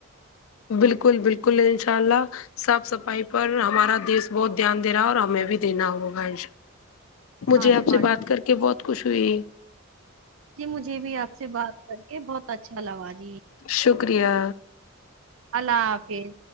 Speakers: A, on the left; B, on the right.
A: بالکل بالکل انشا اللہ صاف صفائی پر ہمارا دیش بہت دھیان دے رہا اور ہمیں بھی دینا ہوگا انشا الله مجھے
B: ہاں جی
A: آپ
B: ماشاء
A: سے بات کر کے بہت خوش ہوئی
B: جی مجھے بھی آپ سے بات کر کے بہت اچھا لگا جی
A: شکریہ
B: اللہ حافظ